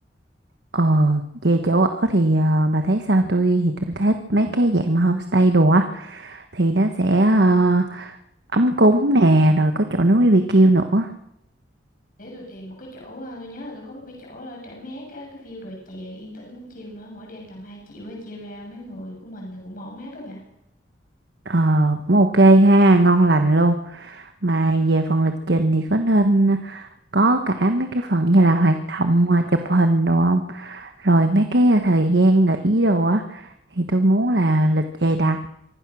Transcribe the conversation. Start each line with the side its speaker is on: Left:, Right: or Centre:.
Right: ờ về chỗ ở thì ờ, bà thấy sao tôi thì tôi thích mấy cái dạng mà homestay đồ á thì nó sẽ ờ, ấm cúng nè rồi có chỗ nướng BBQ nữa
Left: để tôi tìm một cái chỗ à, tôi nhớ là tôi có một cái chỗ là trải mát á, cái view đồi chè yên tĩnh cũng chill nữa mỗi đêm tầm 2 triệu á, chia ra mấy người của mình thì cũng ổn áp á bà
Right: Ờ, cũng ok ha, ngon lành luôn. Mà về phần lịch trình thì có nên có cả mấy cái phần như là hoạt động à, chụp hình đồ không? Rồi mấy cái à, thời gian nghỉ đồ á, thì tôi muốn là lịch dày đặc